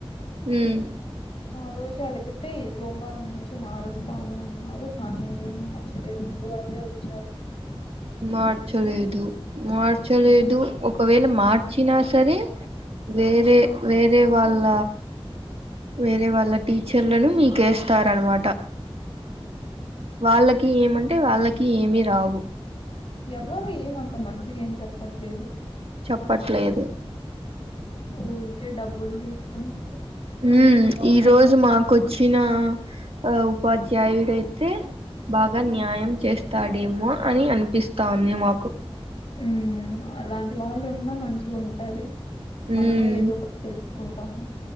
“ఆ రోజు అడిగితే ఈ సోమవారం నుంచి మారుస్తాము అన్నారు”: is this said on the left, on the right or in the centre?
Left